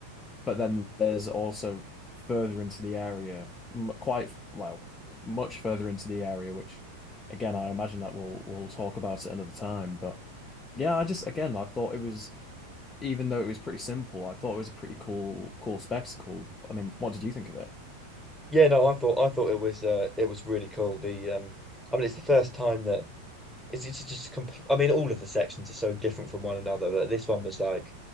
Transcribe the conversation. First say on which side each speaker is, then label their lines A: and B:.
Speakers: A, on the left; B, in the centre.
A: But then there's also further into the area, m- quite well, much further into the area, which again, I imagine that we'll we'll talk about at another time. But yeah, I just again, I thought it was, even though it was pretty simple, I thought it was a pretty cool cool spectacle. I mean, what did you think of it?
B: Yeah, no, I thought I thought it was uh it was really cool. The um I mean it's the first time that it's, it's just compl- I mean all of the sections are so different from one another, but this one was like